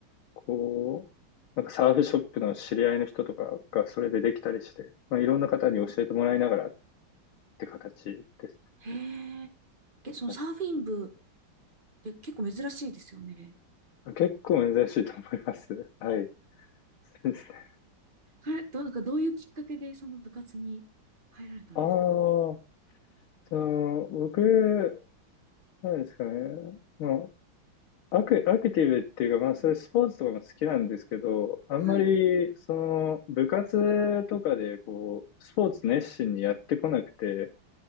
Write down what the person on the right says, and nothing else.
へえ。え、そのサーフィン部
って結構珍しいですよね。
それ、どう、なんかどういうきっかけでその部活に入られたんですか
はい。